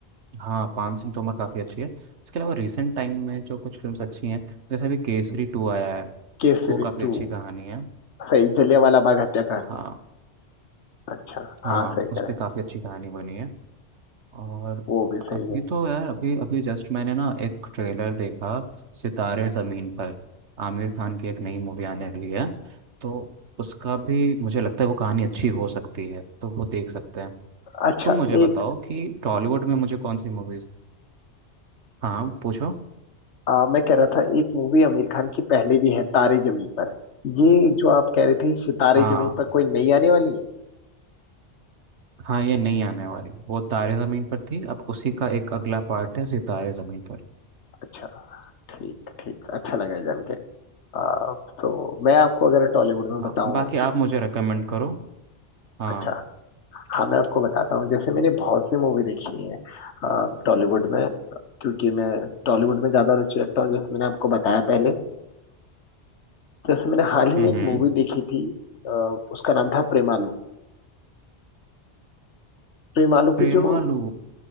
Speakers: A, on the right (about 85°); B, on the left (about 85°).
A: हाँ पान सिंह तोमर काफ़ी अच्छी है इसके अलावा रिसेंट टाइम में जो कुछ फिल्म्स अच्छी हैं जैसे अभी केसरी टू आया है
B: केसरी
A: वो काफ़ी
B: टू
A: अच्छी कहानी है
B: सही जलियांवाला बाग हत्याकांड
A: हाँ
B: अच्छा
A: हाँ
B: हाँ सही कह
A: उस
B: रहे
A: पर
B: हैं
A: काफ़ी अच्छी कहानी बनी है और
B: वो भी सही
A: अभी
B: है
A: तो यार अभी अभी जस्ट मैंने ना एक ट्रेलर देखा सितारे ज़मीन पर आमिर खान की एक नई मूवी आने वाली है तो उसका भी मुझे लगता है वो कहानी अच्छी हो सकती है तो वो देख सकते हैं
B: अच्छा
A: तुम मुझे बताओ
B: एक
A: कि टॉलीवुड में मुझे कौन सी मूवीज़ हाँ पूछो
B: आ, मैं कह रहा था एक मूवी आमिर खान की पहले भी है तारे जमी पर ये जो आप कह रहे थे सितारे
A: हाँ
B: जमी पर कोई नई आने वाली है
A: हाँ ये नहीं आने वाली वो तारे ज़मीन पर थी अब उसी का एक अगला पार्ट है सितारे ज़मीन पर
B: अच्छा ठीक ठीक अच्छा लगा जान के आ, तो मैं आपको अगर टॉलीवुड में
A: हाँ
B: बताऊं
A: बाकी आप मुझे रेकमेंड करो हाँ
B: अच्छा हाँ मैं आपको बताता हूँ जैसे मैंने बहुत सी मूवी देखी है टॉलीवुड में क्योंकि मैं टॉलीवुड में ज्यादा रुचि रखता हूँ जैसे मैंने आपको बताया पहले जैसे मैंने हाल ही में
A: हम्म
B: एक
A: हम्म
B: मूवी देखी थी अ, उसका नाम था प्रेमालू प्रेमालू
A: प्रेमालू
B: की जो